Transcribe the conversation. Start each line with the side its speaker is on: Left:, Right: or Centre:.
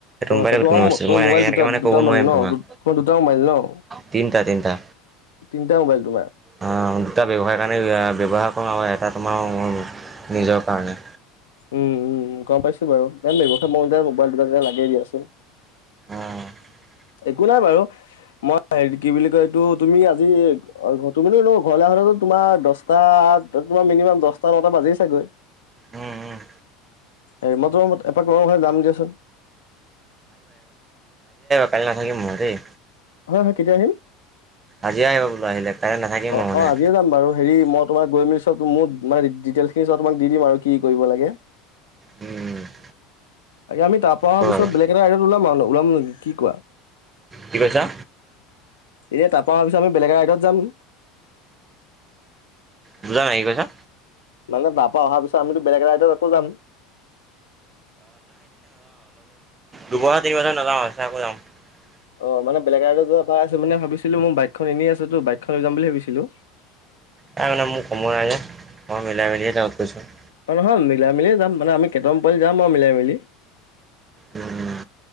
Left: অ'
Right: মবাই
Left: আচ্ছা
Right: <unintelligible> গোটিন
Left: তোমাৰ
Right: মই
Left: মোবাইল
Right: এে এনেকে
Left: দুটা
Right: মানে
Left: দুটা
Right: কব নোৱাৰিম
Left: ন
Right: তোমাক
Left: তোমাৰ দুটা মোবাইল ন?
Right: তিনিটা তিনিটা
Left: তিনিটা মোবাইল তোমাৰ
Right: অ দুটা ব্য্ৱসায় কাৰণে ব্য্ৱসাৰ কৰো আৰু এটাত তোমাৰ মোৰ নিজৰ কাৰণে
Left: উম উম গম পাইছো বাৰু এ ম মোবাইল দুইটা লাগেই দিয়াচোন
Right: অ <unintelligible>
Left: একো নাই বাৰু মই হেৰি কি বুলি কয় এইটো তুমি আজি তুমানি ন ঘৰলে তোমাৰ দহটা তোমাৰ মিনিমাম দহটা নটা বাজি চাগৈ
Right: উম উম
Left: হেৰি মই তোমাত এপাক লগ হোৱাকে যাম দিয়াচোন
Right: কাইি নাথাকিম মই দেই
Left: হা হা কেতিয়া আহিম
Right: আজি আহিবা বোলো আহিলে কাইলৈ নাথাকিম
Left: অ
Right: মই মানে।
Left: অ আজিয়ে যাম বাৰু হেৰি মই তোমাক গৈ মেলি মোৰ মানে ডিটেইল খিনি তোমাক দি দিম আৰু কি কৰিব লাগে
Right: উম <unintelligible>
Left: আ আমি পৰা তাৰ
Right: হ'ব
Left: পিছ
Right: বাৰু।
Left: বেলেগ এটা আইডাত ওলাম ওলাম নেকি কোৱা
Right: কি কৈছা
Left: এতিয়া তাপা অহা পিচত আমি বেলেগ ৰাইডত যাম
Right: বুজা নাই কি কৈছা
Left: মানে তাপা অহাৰ পিছত আমিতো বেলেগ এটা ৰাইদত আকৌ যাম
Right: দুবহৰ তিনি বছৰ নাওঁ চ আকো যাম <unintelligible>
Left: অ মানে বেলেগলৈ যোৱা ভাৰ আ মে ভাবিছিলো মোৰ বাইকখন এনেই আছে তো বাইকখন লৈ যাম বুলি ভাবিছিলো <unintelligible>
Right: তাই মানে মোৰ সময় নাই যে মই মিলাই মেলিয় তত গৈছো
Left: অ নহয় মিলাই মিলিয় যাম মানে আমি কেইটামান পোৱালি যাম আৰু মিলাই মেলি
Right: উম,